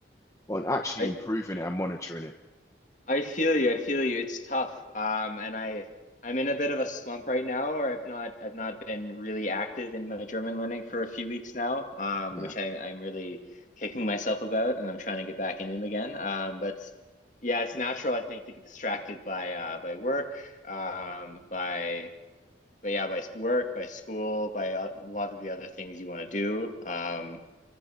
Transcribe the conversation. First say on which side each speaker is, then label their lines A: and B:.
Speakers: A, on the left; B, on the left.
A: on actually
B: I
A: improving it and monitoring it?
B: I feel you. I feel you. It's tough. Um, and I I'm in a bit of a slump right now, or I've not I've not been really active in my German learning for a few weeks now, um,
A: Yeah,
B: which I I'm really kicking myself about, and I'm trying to get back in it again. Um, but yeah, it's natural, I think, to get distracted by uh by work, um, by but yeah, by work, by school, by a lot of the other things you want to do. Um,